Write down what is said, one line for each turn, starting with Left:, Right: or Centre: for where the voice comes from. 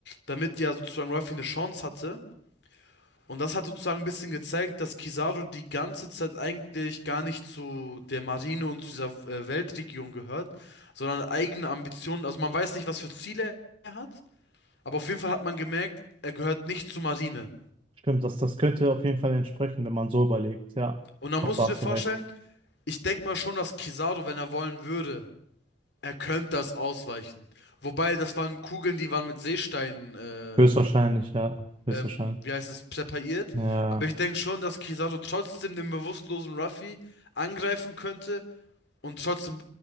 Left: damit ja sozusagen Ruffy eine Chance hatte. Und das hat sozusagen ein bisschen gezeigt, dass Kizaru die ganze Zeit eigentlich gar nicht zu der Marine und zu dieser äh, Weltregion gehört, sondern eigene Ambitionen. Also man weiß nicht, was für Ziele er hat, aber auf jeden Fall hat man gemerkt, er gehört nicht zur Marine.
Right: Stimmt, das, das könnte auf jeden Fall entsprechen, wenn man so überlegt. Ja,
Left: Und dann
Right: doch,
Left: musst
Right: da hast
Left: du dir vorstellen,
Right: du recht.
Left: ich denke mal schon, dass Kizaru, wenn er wollen würde, er könnte das ausweichen. Wobei, das waren Kugeln, die waren mit Seesteinen äh,
Right: Höchstwahrscheinlich, ja. Höchstwahrscheinlich.
Left: ähm, wie heißt es, präpariert.
Right: Ja,
Left: Aber ich denke schon, dass Kizaru trotzdem den bewusstlosen Ruffy angreifen könnte und trotzdem